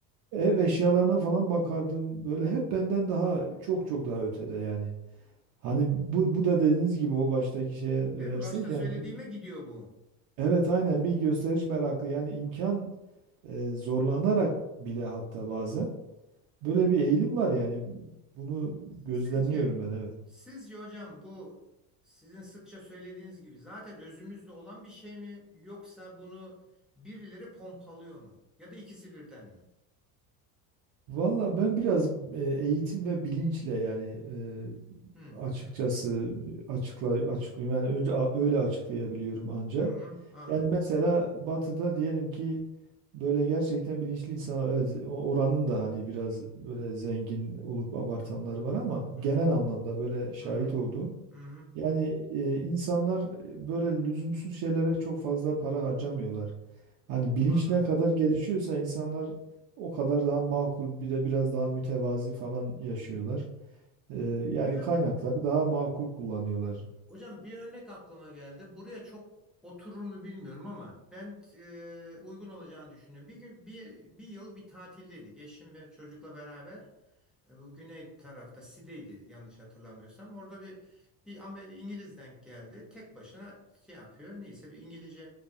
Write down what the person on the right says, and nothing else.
ev eşyalarına falan bakardım böyle hep benden daha çok çok daha ötede yani. Hani bu, bu da dediğiniz gibi o baştaki şeye dönersek
yani bir,
evet aynen bir gösteriş merakı yani imkan e, zorlanarak bile hatta bazen böyle bir eğilim var yani bunu gözlemliyorum
ben evet.
Valla ben biraz e, eğitim ve bilinçle yani e,
açıkçası açıkla, açıklayayım yani önce a- öyle açıklayabiliyorum anca.
Yani mesela batıda diyelim ki böyle gerçekten bilinçli insanlar evet o- oranın da hani biraz böyle zengin olup abartanlar var ama
genel
anlamda böyle şahit
olduğum
yani e, insanlar böyle lüzumsuz şeylere çok fazla para harcamıyorlar. Hani bilinç
ne kadar gelişiyorsa insanlar o kadar daha makul bir de biraz daha mütevazi falan yaşıyorlar. E, yani
kaynakları daha makul kullanıyorlar.